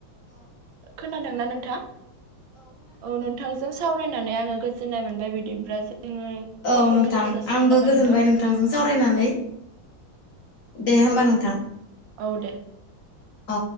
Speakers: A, on the right; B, on the left.
A: खोनादोंना नोंथां? औ नोंथां जों सावरायनानै आङो गोजोननाय मोनबाय। बिदिब्ला जोङो
B: औ
A: कलखौ
B: नोंथां
A: दोनथ' जासिगोन
B: आंबो
A: नामा
B: गोजोनबाय
A: नोंथां
B: नोंथांजों सावरायनानै। दे होमबा नोंथां
A: औ औ दे।
B: अ।